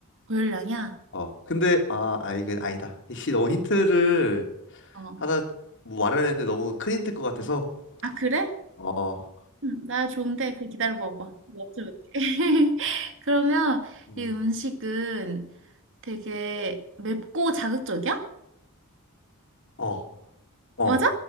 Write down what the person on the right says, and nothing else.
고열량이야?
어.
아, 그래?
음, 나 좋은데, 그 기다려봐봐. 맞춰볼게. <laughs> 그러면
이 음식은 되게 맵고 자극적이야?
맞아?